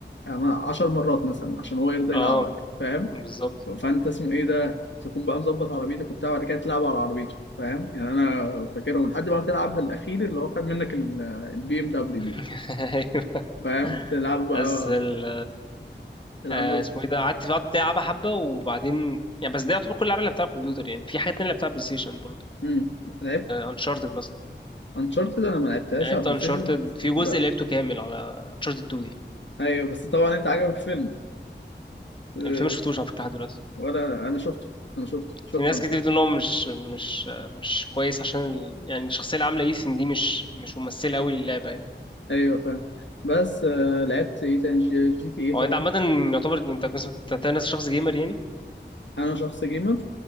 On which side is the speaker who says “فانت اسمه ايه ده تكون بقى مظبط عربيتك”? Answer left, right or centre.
Left